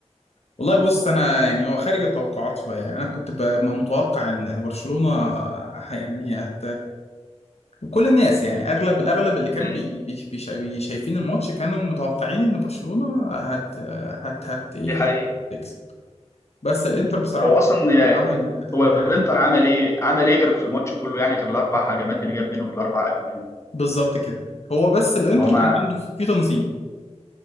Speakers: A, on the left; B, on the left.
A: والله بص انا يعني هو خارج التوقعات شويه يعني انا كنت ب- ما متوقع ان برشلونه ه- يعني هت... كل الناس يعني اغلب الاغلب اللي كانوا
B: امم
A: بي... بي... بيش- بي... شايفين الماتش كانوا متوقعين ان برشلونه هت هت هت ايه
B: دي حقيقة
A: هتكسب بس الانتر بصراحه
B: هو اصلا
A: عمل
B: آه، هو
A: عمل
B: الانتر عمل ايه عمل ايه غير في الماتش كله يعني غير الاربع هجمات اللي جاب منهم الاربع اجوان
A: بالظبط كده هو بس الانتر
B: هو ما
A: كان عنده في تنظيم